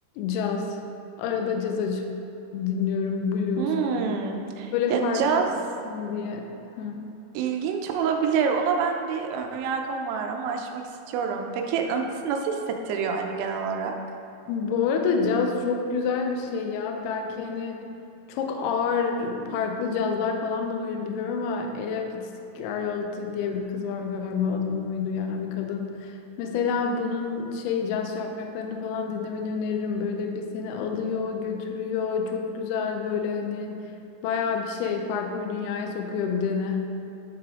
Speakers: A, on the left; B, on the right.
A: Caz. Arada caz açıp dinliyorum. Blues
B: Hmm.
A: falan. Böyle
B: Ya
A: farklı
B: caz
A: olsun diye. Hı.
B: ilginç olabilir. Ona ben bir önyargım var ama aşmak istiyorum. Peki nasıl, nasıl hissettiriyor hani genel olarak?
A: Bu arada caz çok güzel bir şey ya. Belki hani çok ağır farklı cazlar falan mı duydum bilmiyorum ama Ella Fitzgerald diye bir kız var galiba adı bu muydu yani bir kadın. Mesela bunun şey caz şarkılarını falan dinlemeni öneririm. Böyle bir seni alıyor, götürüyor. Çok güzel böyle hani bayağı bir şey farklı bir dünyaya sokuyor bir de ne.